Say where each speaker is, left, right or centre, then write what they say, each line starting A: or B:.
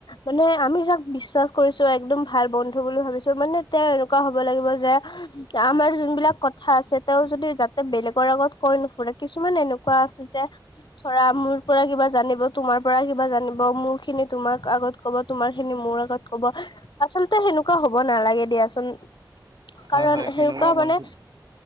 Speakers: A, on the left; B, on the right.
A: মানে আমি যাক বিশ্বাস কৰিছোঁ, একদম ভাল বন্ধু বুলি ভাবিছো মানে তেওঁ এনেকুৱা হ'ব লাগিব যে আমাৰ যোনবিলাক কথা আছে তেওঁ যদি এ বেলেগৰ আগত কৈ নুফুৰে কিছুমান এনেকুৱা আছে যে ধৰা মোৰ পৰা কিবা জানিব তোমাৰ পৰা কিবা জানিব মোৰ খিনি তোমাক আগত কব তোমাৰ খিনি মোৰ আগত কব আচল্ততে সেনেকুৱা হ'ব নালাগে দিয়া। দিয়া চোন
B: হয়
A: কাৰণ
B: হয়
A: সেনেকুৱা
B: বন্ধু
A: মানে